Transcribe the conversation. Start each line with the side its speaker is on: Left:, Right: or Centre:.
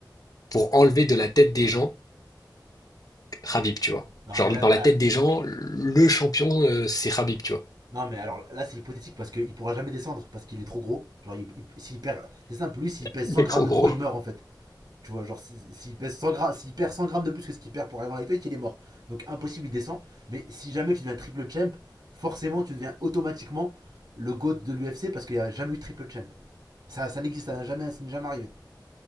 Left: pour enlever de la tête des gens Khabib, tu vois.
Right: Non,
Left: Genre,
Right: mais là,
Left: dans la
Right: ah,
Left: tête des gens, le champion, euh, c'est Khabib, tu vois.
Right: non, mais alors là, c'est hypothétique parce qu'il pourra jamais descendre parce qu'il est trop gros. Genre, il, il- s'il perd, c'est simple, lui, s'il
Left: <laughs>
Right: pèse
Left: Il
Right: 100
Left: est
Right: grammes
Left: trop
Right: de
Left: gros.
Right: trop, il meurt, en fait. Tu vois, genre, s'il si- s'il pèse 100 grammes, s'il perd 100 grammes de plus que ce qu'il perd pour arriver en lightweight, il est mort. Donc, impossible, il descend. Mais si jamais tu deviens triple champ, forcément, tu deviens automatiquement le GOAT de l'UFC parce qu'il n'y a jamais eu triple champ. Ça, ça n'existe, ça n'a jamais, ça n'est jamais arrivé.